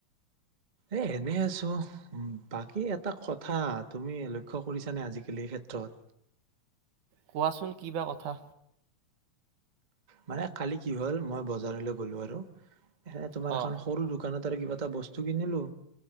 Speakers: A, on the right; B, on the right.
A: এ! এনে আছো অ' বাকী এটা কথা তুমি লক্ষ্য কৰিছানে? আজিকালি এই ক্ষেত্ৰত।
B: কোৱাচোন কি বা কথা?
A: মানে কালি কি হ'ল মই বজাৰলৈ গলো আৰু এ তোমাৰ
B: অ
A: এখন সৰু দোকানত তাৰে কিবা এটা বস্তু কিনিলো।